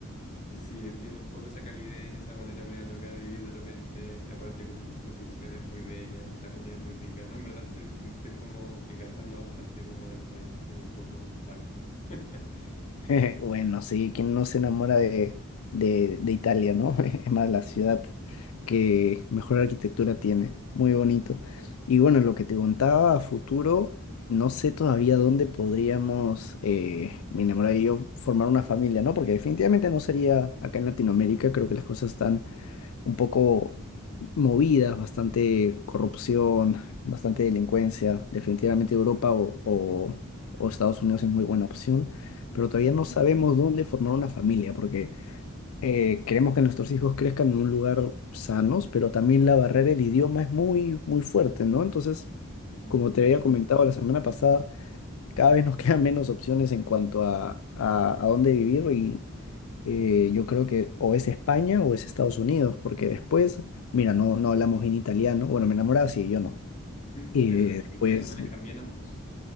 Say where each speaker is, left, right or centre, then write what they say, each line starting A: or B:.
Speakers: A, on the left; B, on the left.
A: Sí, tienen un poco esa calidez, esa manera media loca de vivir de repente, y aparte con construcciones muy bellas, la comida es muy rica, ¿no? En verdad estoy, me estoy como enganchando bastante como del país, me tiene un poco mal. <laughs>
B: <laughs> Bueno, sí, ¿quién no se enamora de, de, de Italia, ¿no? <laughs> Es más, la ciudad que mejor arquitectura tiene, muy bonito. Y bueno, lo que te contaba a futuro, no sé todavía dónde podríamos, eh, mi enamorada y yo, formar una familia, ¿no? Porque definitivamente no sería acá en Latinoamérica, creo que las cosas están un poco movidas, bastante corrupción, bastante delincuencia. Definitivamente Europa o, o- o Estados Unidos es muy buena opción,
A: Ujú,
B: pero todavía no sabemos dónde formar una familia, porque eh, queremos que nuestros hijos crezcan en un lugar sanos, pero también la barrera del idioma es muy, muy fuerte, ¿no? Entonces,
A: ujú,
B: como te había comentado la semana pasada, cada vez nos <laughs> quedan menos opciones en cuanto a, a, a dónde vivir eh, yo creo que o es España o es Estados Unidos, porque después, mira, no, no hablamos bien italiano, bueno, mi enamorada sí, yo no.
A: ujú.
B: Y
A: Pero el
B: después,
A: inglés lo manejan bien ambos.